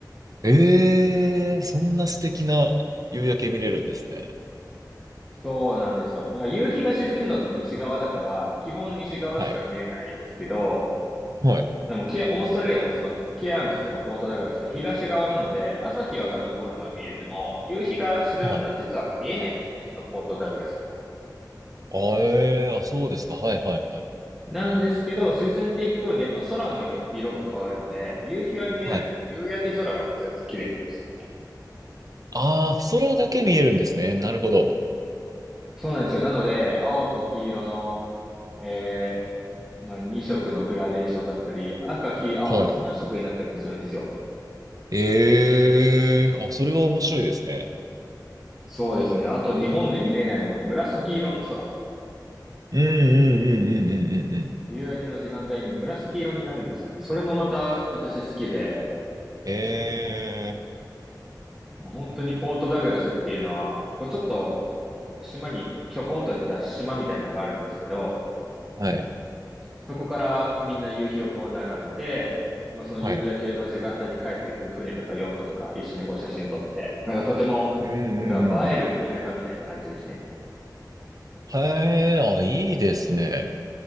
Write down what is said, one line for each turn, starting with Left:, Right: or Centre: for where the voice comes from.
Right: ええそんな素敵な夕焼け見れるんですね。
Centre: そうなんですよ。なんか夕日が沈むのって西側だから、基本西側しか見れないですけど、
Right: はい。はい。
Centre: でもケア、オーストラリアのそのケアンズとかポートダグラスって東側なので、朝日が昇るのは見えても、夕日が沈むのは実は見えないんですね、
Right: はい。
Centre: そのポートダグラスの
Right: あえー、あ、そうですか。はい、はい、はい。
Centre: なんですけど、沈んでいく頃にやっぱ空の色色が変わるので、夕日は見えなくても夕焼け空がめちゃくちゃ綺麗なんですよね。
Right: はい。ああ、空だけ見えるんですね。なるほど。
Centre: そうなんですよ。なので、青と黄色の、えー、まあ、2色のグラデーションだったり、赤、黄、青の3色になったりもするんですよ。
Right: はい。ええあ、それは面白いですね。
Centre: そうですね。あと日本で見れないのは紫色の空。
Right: うん、うん、うん、うん、うん、うん。うん
Centre: 夕焼けの時間帯に紫色になるんですよね。それもまた私好きで、
Right: ええ
Centre: もう本当にポートダグラスっていうのは、こうちょっと島にひょこんと出た島みたいなのがあるんですけど、
Right: はい。
Centre: そこからみんな夕日をこう眺めて、もうその夕焼けの時間帯に帰ってくる船とかヨットとか一緒にこう写真撮って、
Right: はい。
Centre: なんかとても、
Right: うん、うん、
Centre: なんか映える田舎みたいな感じですね。
Right: うん、うん。へえ、あ、いいですね。